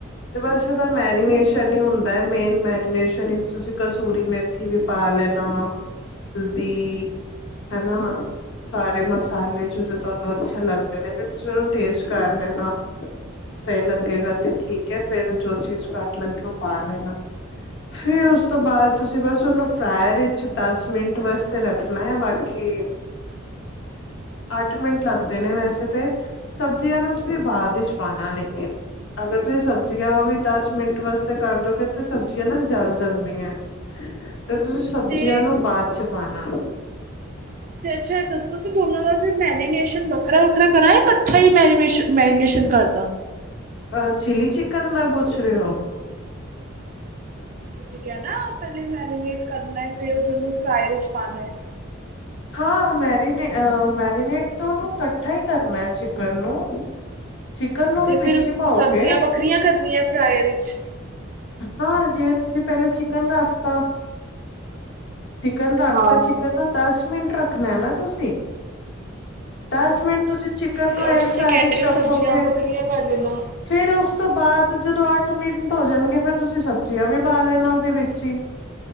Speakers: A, on the left (about 65°); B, on the right (about 40°).
A: ਬਸ ਐਦਾ ਮੈਰੀਨੇਸ਼ਨ ਨਹੀਂ ਹੁੰਦਾ ਮੇਨ ਮੈਡੀਸਨ ਤੁਸੀਂ ਕਸੂਰੀ ਮੇਥੀ, ਵੀ ਪਾ ਲੈਨਾ ਤੇ ਪਹਿਲਾਂ ਸਾਰੇ ਮਸਾਲੇ ਚ ਤੁਹਾਨੂੰ ਅੱਛਾ ਲੱਗਦੇ ਨੇ ਟੇਸਟ ਕਰ ਲੈਣਾ ਸਹੀ ਲੱਗੇਗਾ ਤੇ ਠੀਕ ਹੈ ਫੇਰ ਜੋ ਚੀਜ਼ ਘੱਟ ਲੱਗੀ ਉਹ ਪਾ ਲੈਣਾ ਫਿਰ ਉਸ ਤੋਂ ਬਾਅਦ ਤੁਸੀਂ ਬਸ ਉਹਨੂੰ ਫਰਾਇਰ ਵਿੱਚ ਦਸ ਮਿੰਟ ਵਾਸਤੇ ਰੱਖਣਾ ਆ ਬਾਕੀ ਅੱਠ ਮਿੰਟ ਲੱਗਦੇ ਨੇ ਵੈਸੇ ਤੇ ਸਬਜ਼ੀਆਂ ਅ ਰਭ ਦੇ ਬਾਅਦ ਚ ਪਾਨਾ ਲੇਕ ਅਗਰ ਤੁਸੀਂ ਸਬਜ਼ੀਆਂ ਵੀ ਦਸ ਮਿੰਟ ਵਾਸਤੇ ਕਰ ਦੋਗੇ ਤੇ ਸਬਜ਼ੀਆਂ ਨਾ ਜਲ ਜਾਂਦੀਆਂ ਤੇ ਤੁਸੀਂ ਸਬਜ਼ੀਆਂ
B: ਤੇ
A: ਨੂੰ ਬਾਅਦ ਚ ਪਾਉਣਾ
B: ਤੇ ਅੱਛਾ ਦੱਸੋ ਕਿ ਦੋਨਾਂ ਦਾ ਫਿਰ ਮੈਰੀਨੇਸ਼ਨ ਵੱਖਰਾ ਵੱਖਰਾ ਕਰਾਂ ਇਕੱਠਾ ਹੀ ਮੈਰੀਨੇ ਮੈਰੀਨੇਸ਼ਨ ਕਰਦਾ
A: ਅਹ ਚਲੀ ਚਿਕਨ ਦਾ ਪੁੱਛ ਰਹੇ ਹੋ
B: ਤੁਸੀਂ ਕਹਿਣਾ ਪਹਿਲੇਾਂ ਮੈਰੀਨੇਟ ਕਰਨਾ ਹੈ ਫਿਰ ਉਹਹਨੂੰ ਫਰਾਈ ਵਿੱਚ ਪਾਉਣਾ ਹੈ
A: ਹਾਂ ਮੈਰੀਨੇ ਮੈਰੀਨੇਟ ਤੋਂ ਉਹਨੂੰ ਇਕੱਠਾ ਹੀ ਕਰਨਾ ਹੈ ਚਿਕਨ ਨੂੰ ਚਿਕਨ ਨੂੰ
B: ਤੇ
A: ਵੀ
B: ਫਿਰ
A: ਵਿੱਚ ਹੀ ਪਾਓਗੇ
B: ਸਬਜ਼ੀਆਂ ਵੱਖਰੀਆਂ ਕਰਨੀਆਂ ਫਰਾਏਰ ਵਿੱਚ
A: ਹਾਂ ਜਿਵੇਂ ਤੁਸੀਂ ਪਹਿਲਾਂ ਚਿਕਨ ਰੱਖਤਾ ਚਿਕਨ ਰੱਖਤਾ
B: ਹਾਂ-ਹਾਂ।
A: ਚਿਕਨ ਨੂੰ ਦਸ ਮਿੰਟ ਰੱਖਣਾ ਨਾ ਤੁਸੀਂ ਦਸ ਮਿੰਟ ਤੁਸੀਂ ਚਿਕਨ
B: ਤੇ
A: ਨੂੰ
B: ਔਰ
A: ਐਲਫੈਰਿਸ਼
B: ਤੁਸੀਂ ਕਹਿ ਰਹੇ
A: ਰੱਖੋਗੇ
B: ਹੋ ਸਬਜ਼ੀਆਂ ਵੱਖਰੀਆਂ ਕਰ ਲੈਣਾ।
A: ਫੇਿਰ ਉਸ ਤੋਂ ਬਾਅਦ ਜਦੋਂ ਅੱਠ ਮਿੰਟ ਹੋ ਜਾਣਗੇ ਫੇਿਰ ਤੁਸੀਂ ਸਬਜ਼ੀਆਂ ਵੀ ਪਾ ਦੇਣਾ ਉਹਦੇ ਵਿੱਚ ਹੀ